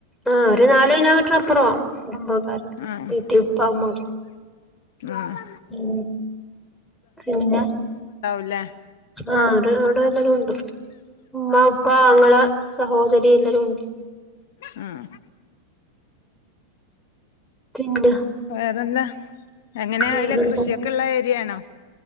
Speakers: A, in the centre; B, on the left.
A: ആ ഒരു നാല് കിലോമീറ്റർ അപ്പുറണ് കുടുംബക്കാർ
B: ആഹ്
A: വീട്ടി ഉപ്പഉമ്മ
B: ആഹ്
A: ഉ പിന്നെ
B: ല്ല
A: ആ അത് ല്ലും ഉണ്ട് ഉമ്മ ഉപ്പ ആങ്ങള സഹോദരി എല്ലരും ഉണ്ട്
B: ഉം
A: പിന്നെ
B: വേറെന്താ എങ്ങനെയയല്ല
A: വേറെന്താ
B: കൃഷിയൊക്കെള്ള ഏരിയയാണോ